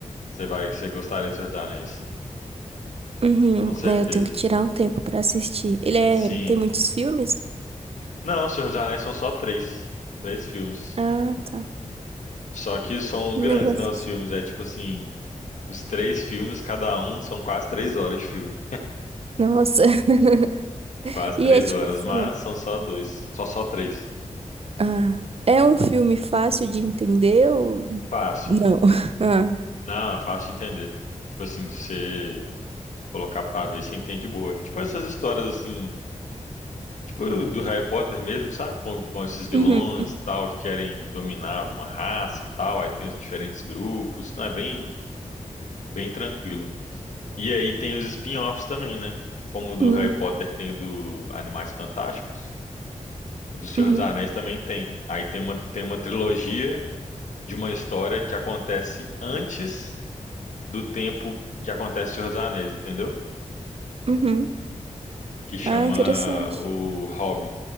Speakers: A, on the left (about 70°); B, on the right (about 50°).
A: você vai, você gostaria de Senhor dos Anéis.
B: Uhum,
A: Com certeza.
B: né, eu tenho que tirar um tempo pra assistir. Ele é...
A: Sim.
B: tem muitos filmes?
A: Não, Senhor dos Anéis são só três, três filmes.
B: Ah, tá.
A: Só que são
B: Eu
A: grandes,
B: vou assistir.
A: né, os filmes. É tipo assim, os três filmes, cada um, são quase três horas de filme.
B: Nossa. <laughs>
A: Quase
B: E
A: três
B: é tipo
A: horas,
B: assim.
A: mas são só dois. Só só três.
B: Ah, é um filme fácil de entender ou
A: Fácil.
B: não? <laughs> Ah.
A: Não, é fácil de entender. Tipo assim, você colocar pra ver, você entende boa. Tipo essas histórias assim, tipo do Harry Potter mesmo, sabe? Com, com esses vilões
B: Uhum,
A: e tal, que querem dominar alguma raça e tal. Aí tem os diferentes grupos. Não, é bem, bem tranquilo. E aí tem os spin-offs também, né? Como o do
B: uhum,
A: Harry Potter tem o do Animais Fantásticos, o do Senhor
B: uhum,
A: dos Anéis também tem. Aí tem uma, tem uma trilogia de uma história que acontece antes do tempo que acontece o Senhor dos Anéis, entendeu?
B: uhum.
A: Que chama
B: Ah, interessante.
A: o Hobbit,